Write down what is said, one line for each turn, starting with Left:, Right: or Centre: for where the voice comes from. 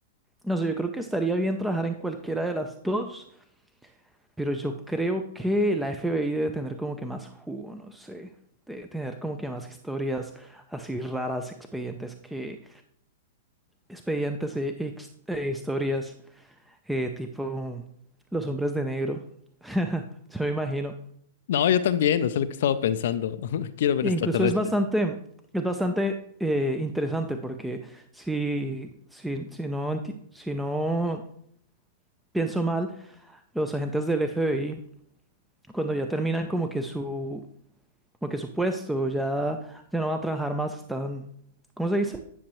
Centre: No sé, yo creo que estaría bien trabajar en cualquiera de las dos, Pero yo creo que la FBI debe tener como que más jugo, no sé. Debe tener como que más historias así raras, expedientes que... Expedientes e, ex- e historias eh, tipo los hombres de negro. <laughs> Yo me imagino.
Left: no, yo también, eso es lo que estaba pensando. <laughs> Quiero ver
Centre: E
Left: extraterrestre.
Centre: incluso es bastante, es bastante eh, interesante porque si, si, si no, enti- si no pienso mal, los agentes del FBI, cuando ya terminan como que su como que su puesto, ya, ya no van a trabajar más, están, ¿cómo se dice?